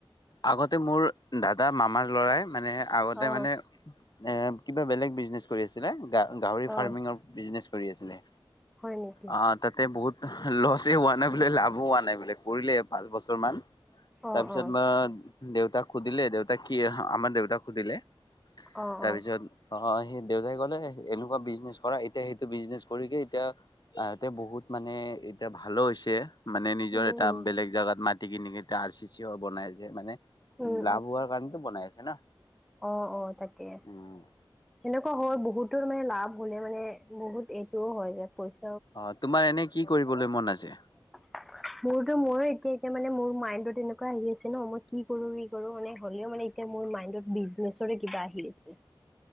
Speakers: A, on the left (about 50°); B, in the centre.
A: আগতে মোৰ দাদা, মামাৰ ল'ৰাই মানে আগতে
B: অ
A: মানে এ কিবা বেলেগ বিজনেছ কৰিছিলা গাহৰি
B: অ
A: ফ্ৰামিয়ৰ বিজনেছ কৰি আছিলা
B: হয় নেকি?
A: অঁ, তাতে বহুত লছে হোৱা নাই বোলে, লাভো হোৱা নাই বোলে কৰিলে পাঁচ বছৰ মান।
B: অ
A: তাৰপিছত
B: অ
A: মা দেউতাক সুধিলে। দেউতাক কি আমাৰ দেউতাক সুধিলে।
B: অ
A: তাৰপিছত
B: অ
A: নহয়, সি দেউতাই ক'লে, এনেকুৱা বিজনেছ কৰা। এতিয়া সেইটো বিজনেছ কৰিকে এতিয়া তাৰ এতিয়া বহুত মানে, এতিয়া ভালো হৈছে। মানে, নিজৰ
B: উম
A: এটা
B: উম।
A: বেলেগ জাগাত মাটি কিনি এতিয়া আৰ চি চি ও বনাই আছে। মানে
B: উম
A: লাভ হোৱাৰ কাৰণেটো বনাই আছে না'।
B: অঁ, অ তাকে।
A: উম
B: সেনেকুৱা হয়। বহুতৰ মানে লাভ হ'লে মানে বহুত এইটোও হয় যে পইচ
A: অঁ, তোমাৰ এনে কি কৰিবলৈ মন আছে?
B: <inaudible> মোৰতো মোৰেই তি- এতিয়া মানে, মোৰ মাইণ্ডত এনেকুৱা আহি আছে ন মই কি কৰো, ই কৰো মানে হ'লেও মানে যে মোৰ মাইণ্ডত বিচনেজৰে কিবা আহি আছে।